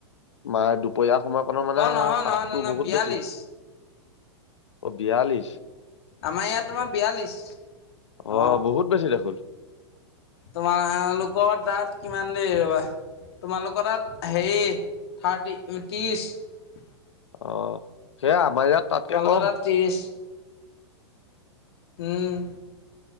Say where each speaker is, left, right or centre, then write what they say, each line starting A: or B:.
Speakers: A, on the left; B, on the left.
A: মা দুপৰীয়া সময়কণত মানে
B: অ', নহয়
A: তাপটো
B: নহয় নহয় নহয়
A: বহুত
B: বিয়াল্লিছ
A: বেছি। অহ, বিয়াল্লিশ।
B: আমাৰ ইয়াত তোমাৰ বিয়াল্লিছ?
A: অহ,
B: অ',
A: বহুত বেছি দেখোন?
B: তোমালোকৰ তাত কিমান দেৰি ৰবা? তোমালোকৰ তাত হেৰি থাৰ্টি ত্ৰিছ।
A: অহ, সেয়া আমাৰ ইয়াত তাতকে
B: তোমালোকৰ
A: কম।
B: তাত ত্ৰিছ। উম,